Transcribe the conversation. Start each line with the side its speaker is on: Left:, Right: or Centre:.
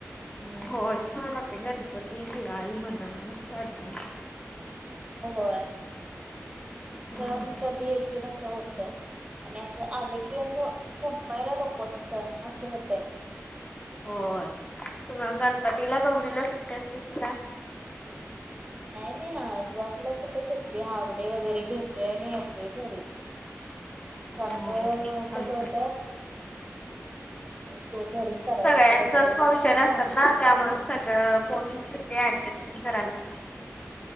Right: हम्म
Left: होय छान होते गणपती
Right: असं
Left: दिवाळी म्हणा वाढते
Right: होय
Left: हम्म
Right: सण कधी येतील असं होतय आणि असं आले की असं संपायला नकोत सण असं होतय
Left: होय तुमला गणपतीला गौरीलं सुट्टी असते तुझ
Right: नाही नाही आ जॉबला कुठं सुटते हाफ डे वगैरे घेतोय आणि येतोय घरी काणका
Left: हो.
Right: कसं
Left: आमच्या
Right: होतंय तेे घरी करायचं
Left: सगळ्यांचच
Right: वगैरे
Left: फंक्शन
Right: लागतय
Left: असतात
Right: ना
Left: त्यामुळे सगळं कोणीे ऍडजस्टमेंट करायला पण